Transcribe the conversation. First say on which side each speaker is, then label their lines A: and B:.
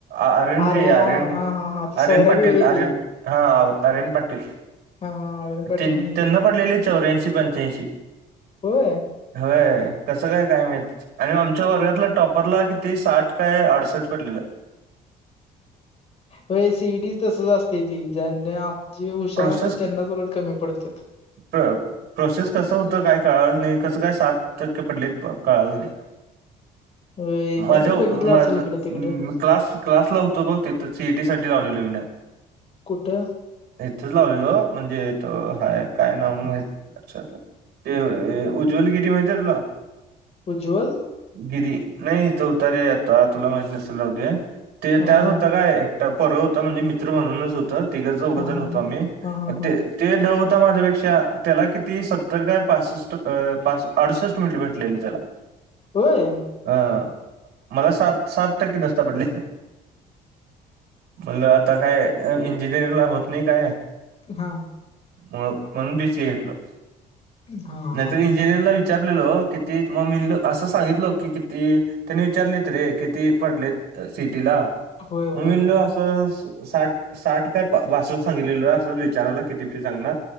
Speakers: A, on the right; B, on the left.
A: आर्यन
B: आर्या
A: रे आर्यन
B: हा हा हा ती
A: आर्यन
B: सौऱ्या
A: पाटील
B: बिवऱ्या
A: आर्यन.
B: ती
A: हा आ आर्यन पाटील.
B: हा हा अरुण पाटील
A: त्यान्
B: माहिती
A: त्यांना
B: आहे की
A: पडलेले चौऱ्यांशी पंच्याऐंशी.
B: होय
A: व्हय कसं काय काय माहीत. आणि आमच्या वर्गातला टॉपरला किती साठ काय अडसष्ट पडलेले.
B: होय सी ई टी तसंच अस् तय ते ज्यांनी आप् जे हुशारते
A: प्रोसेस
B: त्यांनाच उलट कमी पडत्यात.
A: प्र प्रोसेस कसं होतं काय कळालं नाही कसं काय सात टक्के पडले कळालं नाही.
B: होय
A: माझ्याव
B: काय तर बघितलं
A: माझ्
B: असेल इकडं तिकडं
A: म् क्लास क्लासला होतो बघ तिथ सी ई टी साठी लावलेलो मीन.
B: कुठं?
A: इथंच लावलेलो म्हणजे इथं हाय. काय नाव माहित लक्षात नाही, ते उज्ज्वलगिरी माहीती आहे तुला?
B: उज्वल.
A: गिरी नाही इथ होता रे आता तुला माहित नसेल राहूदे ते
B: हा
A: त्यात
B: हा
A: होता काय पोरगं होतं म्हणजे मित्र म्हणूनच होतं, तिघं चौघ
B: हा
A: मित्र
B: हा
A: होतो
B: हा
A: आम्ही
B: हा हा
A: म्
B: हा
A: ते ढ होत् माझ्यापेक्षा त्याला किती सत्तर काय पासष्ट पास अडुसष्ट मिनिट भेटलेले त्याला. <inaudible>
B: होय.
A: अं मला सात सात टक्के नुसत पडलेत. म्हणलं आता काय इंजिनिअरिंग ला होत नाही काय
B: हं.
A: म्हणून बी सी ए घेतलो,
B: हा
A: नाही
B: हा,
A: तर इंजिनिअरिंगला
B: हा.
A: विचारलेलो किती मग <unintelligible> असं सांगितल की किती त्यांनी विचारलीत रे किती पडलेत सिटीला
B: होय होय
A: म मी म्हणलो तिथ साठ साठ काय बासट सांगितलेलं असंच विचारायला किती फी सांगणार